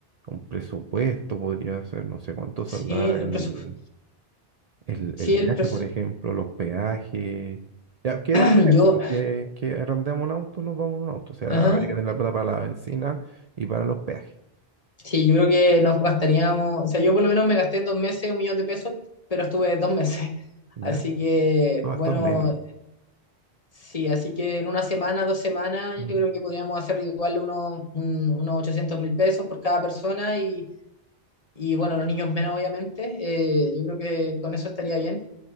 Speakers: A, on the right; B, on the left.
A: un presupuesto podría ser, no sé cuánto
B: Sí,
A: saldrá
B: el
A: el
B: presupuesto.
A: El,
B: Sí,
A: el viaje,
B: el presupuesto.
A: por ejemplo, los peajes. Ya, quedemos
B: <clears throat>
A: en
B: Yo,
A: eso, pues, que, que arrendemos un auto, nos vamos en un auto. O sea,
B: ajá.
A: habría que tener la plata para la benzina y para los peajes.
B: Sí, yo creo que nos gastaríamos, o sea, yo por lo menos me gasté en dos meses un millón de pesos, pero estuve dos meses. <laughs>
A: ¿Ya?
B: Así que,
A: No,
B: bueno,
A: esto es menos.
B: sí, así que en una semana, dos semanas,
A: Mm,
B: yo creo que podríamos hacer igual unos, un- unos ochocientos mil pesos por cada persona y, y, bueno, los niños menos, obviamente. Eh, yo creo que con eso estaría bien.